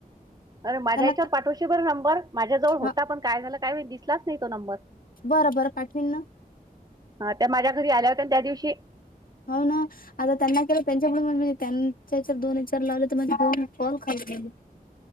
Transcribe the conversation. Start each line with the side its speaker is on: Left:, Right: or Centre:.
Right: अरे माझ्या
Left: त्यांना
Right: याच्यावर पाठवशी नंबर माझ्याजवळ होता,
Left: हा
Right: पण काय झाला काही दिसलाच नाही तो नंबर.
Left: बरं, बरं, पाठवीन ना.
Right: हा त्या माझ्या घरी आल्या होत्या, त्या दिवशी
Left: हो, ना आता त्यांना केलं त्यांच्या पुढ मग त्यांच्याच्या दोन एचार लावले तर माझे, दोन कॉल खाली गेले.